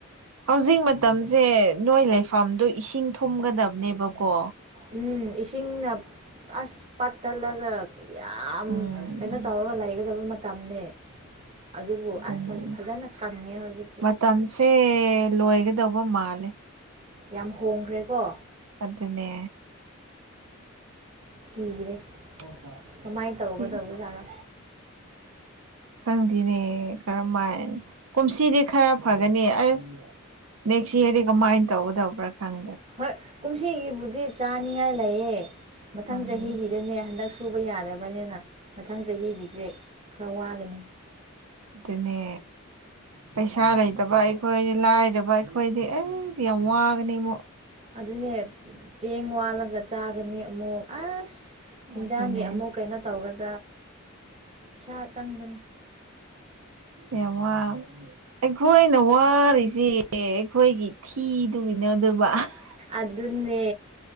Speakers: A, on the right; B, on the right.
A: ꯍꯧꯖꯤꯛ ꯃꯇꯝꯁꯦ ꯅꯣꯏ ꯂꯩꯐꯝꯗꯨ ꯏꯁꯤꯡ ꯊꯨꯝꯒꯗꯕꯅꯦꯕꯀꯣ
B: ꯎꯝ ꯏꯁꯤꯡꯅ ꯑꯁ ꯄꯠ ꯇꯠꯂꯒ ꯌꯥꯝ
A: ꯎꯝ
B: ꯀꯩꯅꯣ ꯇꯧꯔꯒ ꯂꯩꯒꯗꯕ ꯃꯇꯝꯅꯦ ꯑꯗꯨꯕꯨ
A: ꯑꯗꯨꯅꯦ
B: ꯑꯁ ꯐꯖꯅ ꯀꯪꯉꯦ ꯍꯧꯖꯤꯛꯇꯤ
A: ꯃꯇꯝꯁꯦ ꯂꯣꯏꯒꯗꯧꯕ ꯃꯥꯜ ꯂꯦ
B: ꯌꯥꯝ ꯍꯣꯡꯒ꯭ꯔꯦꯀꯣ
A: ꯑꯗꯨꯅꯦ
B: ꯀꯤꯔꯦ
A: <inaudible>
B: ꯀꯃꯥꯏꯅ ꯇꯧꯒꯗꯕ ꯖꯥꯠꯔꯥ
A: ꯈꯪꯗꯦꯅꯦ ꯀꯔꯝꯃꯥꯏ ꯀꯨꯝꯁꯤꯗꯤ ꯈꯔ ꯐꯒꯅꯤ ꯑꯁ ꯅꯦꯛꯁ ꯌꯥꯔꯗꯤ ꯀꯃꯥꯏꯟ ꯇꯧꯒꯗꯕ꯭ꯔꯥ ꯈꯪ
B: ꯍꯣꯏ ꯀꯨꯝꯁꯤꯒꯤꯕꯨꯗꯤ ꯆꯥꯅꯤꯉꯥꯏ ꯂꯩꯌꯦ ꯃꯊꯪ
A: ꯎꯝ
B: ꯆꯍꯤꯒꯤꯗꯅꯦ ꯍꯟꯗꯛ ꯁꯨ ꯁꯨꯕ ꯌꯥꯗꯕꯅꯤꯅ ꯃꯊꯪ ꯆꯍꯤꯒꯤꯁꯦ ꯈꯔ ꯋꯥꯒꯅꯤ
A: ꯑꯗꯨꯅꯦ ꯄꯩꯁꯥ ꯂꯩꯇꯕ ꯑꯩꯈꯣꯏ ꯂꯥꯏꯔꯕ ꯑꯩꯈꯣꯏꯗꯤ ꯑꯩꯁ ꯌꯥꯝ ꯋꯥꯒꯅꯤꯕꯨ
B: ꯑꯗꯨꯅꯦ ꯆꯦꯡ ꯋꯥꯜꯂꯒ ꯆꯥꯒꯅꯤ ꯑꯃꯨꯛ ꯑꯁ ꯍꯤꯟꯖꯥꯡꯒꯤ
A: ꯑꯗꯨꯅꯦ
B: ꯑꯃꯨꯛ ꯀꯩꯅꯣ ꯇꯧꯒ ꯄꯩꯁꯥ ꯆꯪꯕꯅꯦ
A: ꯌꯥꯝ ꯋꯥ ꯑꯩꯈꯣꯏꯅ ꯋꯥꯔꯤꯁꯦ ꯑꯩꯈꯣꯏꯒꯤ ꯊꯤꯗꯨꯒꯤ <unintelligible>
B: ꯑꯗꯨꯅꯦ